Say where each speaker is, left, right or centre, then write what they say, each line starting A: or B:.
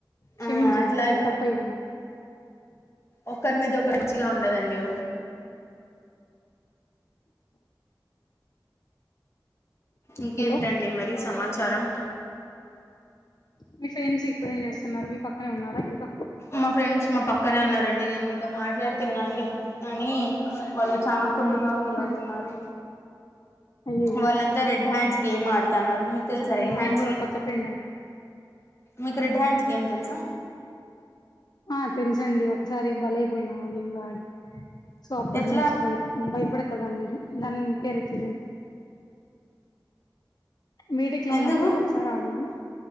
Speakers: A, on the left; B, on the left.
A: క్షమించండి
B: ఆ అట్లా
A: తప్పైపొయింది
B: ఒకర్మీద ఒక రించిగా ఉండదండి ఇంకేంటండి
A: హలో
B: మరి సమాచారం
A: మీ ఫ్రెండ్స్ ఇప్పుడేం చేస్తున్నారు మీ పక్కనే ఉన్నారా ఇంకా
B: మా ఫ్రెండ్స్ మా పక్కనే ఉన్నారండి నేను మీతో మాట్లాడుతున్నా అండి అని వాళ్ళు చానా కుళ్ళుగా ఫీలవుతున్నారు
A: ఆ అయ్యయ్యో
B: వాళ్లంతా రెడ్ హ్యాండ్స్ గేమాడ్ తాన్నారు మీకు
A: చెప్పండి
B: తెలుసా రెడ్
A: నేను
B: హాండ్స్
A: కూడా కొత్త ఫ్రెండ్ అని
B: మీకు రెడ్ హాండ్స్ గేమ్ తెలుసా
A: ఆ తెలుసండి ఒకసారి బలైపొయినా ఆ గేమ్ లో ఆడి సో అప్పటి
B: ఎట్లా
A: నుంచి భయపడతాదాన్నిది దాని పేరు వచ్చిదిన్ మీటిక్ లో
B: ఎందుకు
A: ఉన్నప్పుడు ఒకసారి ఆడ్నం